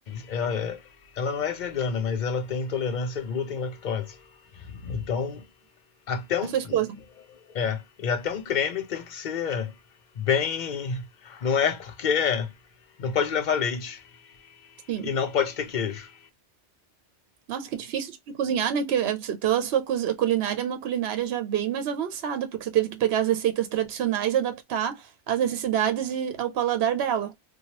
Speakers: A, on the left; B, on the right.
A: ela é- ela não é vegana, mas ela tem intolerância a glúten e lactose. Então, até um,
B: A sua esposa?
A: um- é, e até um creme tem que ser bem, não é porque não pode levar leite
B: Sim.
A: e não pode ter queijo.
B: Nossa, que difícil de cozinhar, né? Que, é- então a sua cozi- a culinária é uma culinária já bem mais avançada, porque você teve que pegar as receitas tradicionais e adaptar às necessidades e ao paladar dela.